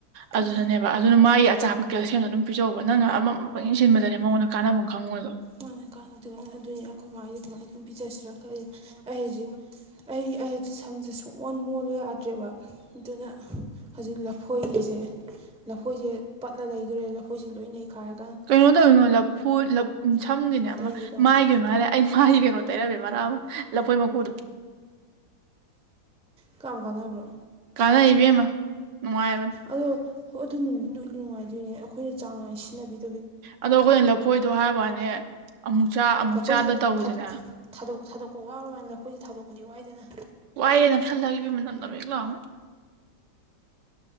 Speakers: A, on the right; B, in the centre.
A: ꯑꯗꯨꯗꯅꯦꯕ
B: ꯎꯝ
A: ꯑꯗꯨꯅ ꯃꯥꯒꯤ ꯑꯆꯥꯄꯠ ꯀꯩꯣ ꯁꯦꯝꯅ ꯑꯗꯨꯝ ꯄꯤꯖꯍꯧꯕ ꯅꯪꯅ ꯑꯃꯃꯝ ꯄꯪ ꯌꯦꯡ ꯁꯤꯟꯕꯗꯅꯦ ꯃꯉꯣꯟꯗ ꯀꯥꯟꯅꯕꯐꯝ ꯈꯪꯉꯨꯗꯁꯨ
B: ꯃꯥꯅ ꯀꯥꯟꯅꯗꯦ ꯀꯥꯟꯅ ꯑꯗꯨꯅꯤ ꯑꯩꯈꯣꯏ ꯃꯥꯁ ꯑꯗꯨꯃꯥꯏꯅ ꯑꯗꯨꯝ ꯄꯤꯖꯁꯤꯔꯈ ꯑꯩꯁꯦ ꯑꯩ ꯑꯩ ꯁꯝꯁꯦ ꯁꯨꯡꯛꯑꯣꯟ ꯃꯣꯜꯂ ꯌꯥꯗ꯭ꯔꯦꯕ ꯑꯗꯨꯅ ꯍꯧꯖꯤꯛ ꯂꯐꯣꯏꯒꯤꯁꯦ ꯂꯐꯣꯏꯁꯦ ꯄꯠꯂ ꯂꯩꯗꯣꯔꯦ ꯂꯐꯣꯏꯁꯦ ꯂꯣꯏ ꯌꯩꯈꯥꯏꯔ
A: ꯀꯩꯅꯣ ꯇꯧꯔꯤꯅꯣ ꯂꯐꯨ ꯁꯝꯒꯤꯅꯦ ꯑꯃ
B: ꯇꯩꯒꯦ ꯇꯧꯅꯤ
A: ꯑꯩꯒꯤ ꯃꯥꯜꯂꯦ ꯑꯩ ꯃꯥꯒꯤ ꯀꯩꯅꯣ ꯇꯩꯔꯝꯃꯦ ꯃꯔꯥꯑ ꯂꯐꯣꯏ ꯃꯀꯨꯗꯣ
B: ꯀꯃ ꯀꯥꯟꯅꯕ꯭ꯔꯣ
A: ꯀꯥꯟꯅ ꯏꯕꯦꯝꯃꯣ ꯅꯨꯡꯉꯥꯏꯕꯅꯦ
B: ꯑꯗꯣ ꯍꯣꯏ ꯑꯗꯨ ꯅꯨꯡꯗꯤ ꯂꯣꯏꯅ ꯅꯨꯡꯉꯥꯏꯗꯣꯏꯅꯦ ꯑꯩꯈꯣꯏꯅ ꯆꯥꯡ ꯅꯥꯏꯅ ꯁꯤꯟꯅꯕꯤꯗ
A: ꯑꯗꯣ ꯑꯩꯈꯣꯏꯅ ꯂꯐꯣꯏꯗꯣ ꯍꯥꯏꯕꯅꯦ ꯑꯃꯨꯛ ꯆ ꯑꯃꯨꯛ
B: ꯂꯐꯣꯏ
A: ꯆꯥꯗ
B: ꯊꯥꯗꯣꯛ
A: ꯇꯧꯋꯤꯗꯅꯦ
B: ꯊꯥꯗꯣꯛ ꯊꯥꯗꯣꯛ ꯊꯥꯗꯣꯛꯄ ꯋꯥꯕ ꯃꯅꯗ ꯑꯩꯈꯣꯏꯁꯦ ꯊꯥꯗꯣꯛꯄꯗꯤ ꯋꯥꯏꯗꯅ
A: ꯋꯥꯏꯑꯦꯅ ꯐꯜꯂꯈꯤꯕ ꯃꯝꯗ ꯑꯃꯦꯛ ꯂꯥꯎꯅ